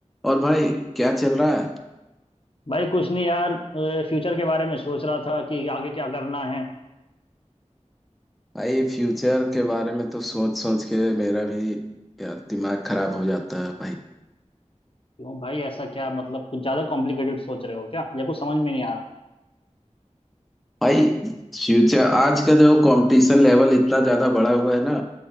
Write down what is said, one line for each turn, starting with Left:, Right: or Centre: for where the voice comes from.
Centre: और भाई क्या चल रहा है
Left: भाई कुछ नहीं यार फ्यूचर के बारे में सोच रहा था कि आगे क्या करना है
Centre: भाई फ्यूचर के बारे में तो सोच सोच के मेरा भी यार दिमाग खराब हो जाता है भाई
Left: क्यों भाई ऐसा क्या मतलब कुछ ज्यादा कॉम्प्लिकेटेड सोच रहे हो क्या या कुछ समझ में नहीं आ रहा
Centre: भाई फ्यूचर आज का जो कंपटीशन लेवल इतना ज्यादा बढ़ा हुआ है ना